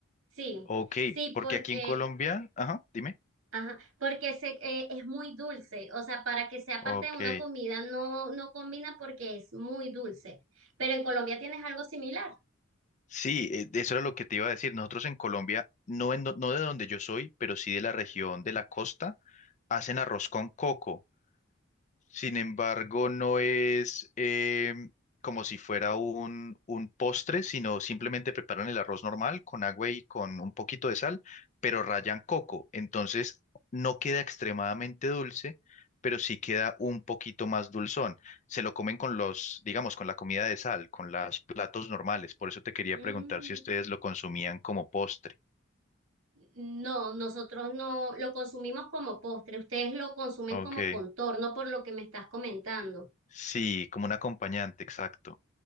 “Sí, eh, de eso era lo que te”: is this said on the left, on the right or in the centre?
Left